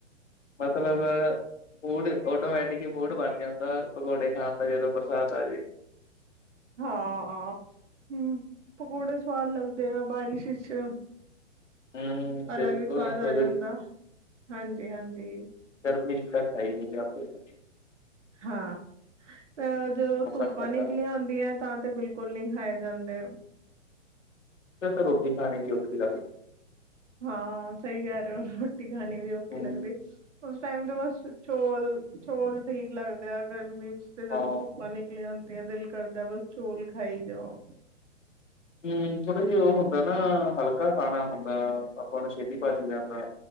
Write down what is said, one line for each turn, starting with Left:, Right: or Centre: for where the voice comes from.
Left: ਮਤਲਬ, ਫੂਡ ਆਟੋਮੈਟਿਕ ਹੀ ਫੂਡ ਬਣ ਜਾਂਦਾ ਪਕੌੜੇ ਖਾਣ। ਜਦੋਂ, ਬਰਸਾਤ ਆ ਜਾਈ।
Right: ਹਾਂ- ਹਾਂ। ਹਮ, ਪਕੌੜੇ ਸਵਾਦ ਲੱਗਦੇ ਆ ਬਾਰਿਸ਼ ਚ।
Left: ਹੂੰ
Right: ਅਲੱਗ
Left: ਬਿਲਕੁਲ
Right: ਹੀ ਸਵਾਦ ਆ
Left: ਜਦੋਂ
Right: ਜਾਂਦਾ ਹਾਂਜੀ-ਹਾਂਜੀ।
Left: ਮ ਤਾਂ ਕ ਨਹੀਂ <unintelligible>
Right: ਹਾਂ, ਤਾਂ ਜਦੋਂ
Left: ਮੌਸਮ
Right: ਧੁੱਪਾਂ
Left: ਠੰਡਾ
Right: ਨਿਕਲੀਆਂ
Left: ਹੋਵੇ
Right: ਹੁੰਦੀਆਂ। ਤਾਂ ਤੇ ਬਿਲਕੁਲ ਨਹੀਂ ਖਾਏ ਜਾਂਦੇ।
Left: ਫੇਰ ਤਾਂ ਰੋਟੀ ਖਾਣੀ ਵੀ ਔਖੀ ਲੱਗਦੀ।
Right: ਹਾਂ ਸਹੀ ਕਹਿ ਰਹੇ ਹੋ ਰੋਟੀ ਖਾਣੀ ਵੀ ਔਖੀ
Left: ਹੂੰ
Right: ਲੱਗਦੀ। ਉਸ ਟਾਈਮ ਤਾਂ ਬਸ ਚੌਲ- ਚੌਲ ਠੀਕ ਲੱਗਦੇ ਆ ਗਰਮੀ ਉਸ ਤੇ ਜਦੋਂ
Left: ਹਾਂ,
Right: ਧੁੱਪਾਂ ਨਿਕਲੀਆਂ ਹੁੰਦੀਆਂ ਦਿਲ ਕਰਦਾ ਬਸ ਚੋਲ ਖਾਈ ਜਾਓ।
Left: ਹਮ ਥੋੜੇ ਜਿਹੇ ਉਹ ਹੁੰਦਾ ਨਾ ਹਲਕਾ ਖਾਣਾ ਹੁੰਦਾ ਆਪਾਂ ਨੂੰ ਛੇਤੀ ਪਚ ਚ ਜਾਂਦਾ।